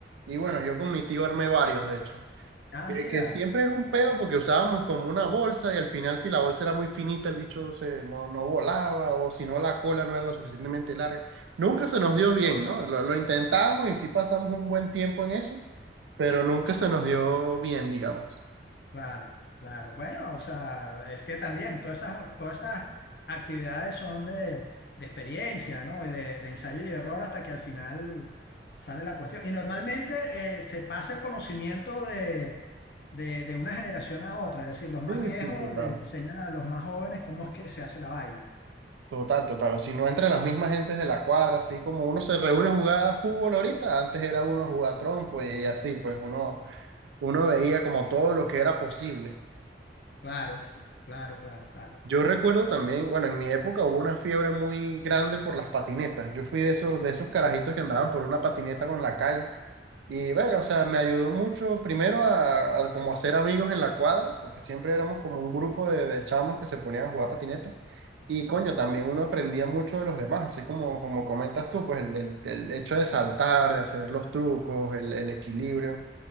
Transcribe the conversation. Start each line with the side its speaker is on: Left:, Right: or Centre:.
Right: y, y bueno, yo con mi tío armé varios, de hecho,
Left: Ah,
Right: que,
Left: mira,
Right: que siempre era un peo porque usábamos como una bolsa y al final si la bolsa era muy finita el bicho se, no, no volaba o si no la cola no era lo suficientemente larga. Nunca se nos dio bien, ¿no? Lo, lo intentábamos y sí pasamos un buen tiempo en eso, pero nunca se nos dio bien, digamos.
Left: claro, claro. Bueno, o sea, es que también todas esas, todas esas actividades son de, de experiencia, ¿no? Y de, de ensayo y error hasta que al final sale la cuestión. Y normalmente eh, se pasa el conocimiento de, de, de una generación a otra, es decir, los más
Right: Sí,
Left: viejos
Right: sí, total.
Left: le enseñan a los más jóvenes cómo es que se hace la vaina.
Right: Total, total. O si no, entre las mismas gentes de la cuadra, así como uno se reúne a jugar a fútbol ahorita, antes era uno a jugar trompo y así, pues uno, uno veía como todo lo que era posible.
Left: Claro, claro, claro, claro,
Right: Yo recuerdo también, bueno, en mi época hubo una fiebre muy grande por las patinetas. Yo fui de esos, de esos carajitos que andaban por una patineta con la calle Y bueno, o sea, me ayudó mucho primero a, a como hacer amigos en la cuadra, porque siempre éramos como un grupo de, de chamos que se ponían a jugar patineta. Y coño, también uno aprendía mucho de los demás, así como, como comentas tú, pues el, el- el hecho de saltar, de hacer los trucos, el, el equilibrio.